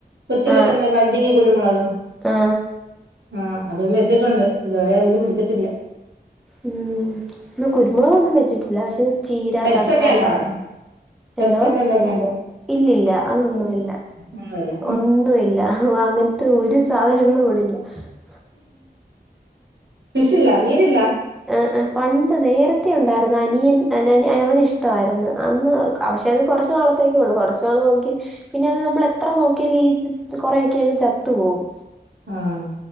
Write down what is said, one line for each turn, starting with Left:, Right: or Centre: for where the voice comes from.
Right: കൊച്ചിലെ
Centre: ആ
Right: തന്നെ ബഡ്ഡിങ്ങ് കുരുമുളക്
Centre: ആ
Right: ആഹ് അതും വെച്ചിട്ടുണ്ട് ഇതുവരെ അതില് പിടിച്ചിട്ടില്ല
Centre: ഉം ഇവടെ കുരുമുളകൊന്നും വെച്ചിട്ടില്ല പക്ഷെ ചീര
Right: പെറ്റ്സൊക്കെ
Centre: തക്കാളി
Right: ഉണ്ടോ അവിടെ പെറ്റ്സൊക്കെ
Centre: എന്തോ
Right: എന്തൊക്കെ ഉണ്ട്
Centre: ഇല്ലില്ല അതൊന്നുമില്ല
Right: ഒന്നുല്ല
Centre: ഒന്നുമില്ല അങ്ങനത്തെ ഒരു സാധനങ്ങളും ഇ <unintelligible>
Right: വിഷോല്ല മീനില്ല
Centre: ആഹ് ആഹ് പണ്ട് നേരത്ത ഉണ്ടായിരുന്നു അനിയൻ അവൻ ഇഷ്ടമായിരുന്നു അന്ന് പക്ഷേ അത് കുറച്ച് നാളത്തേക്കേ ഉള്ളൂ കുറച്ച് നാൾ നോക്കി പിന്നെ അത് നമ്മൾ എത്ര നോക്കിയാലും ഈ കൊറെയൊക്കെ അങ്ങ് ചത്തു പോവും
Right: ആഹ്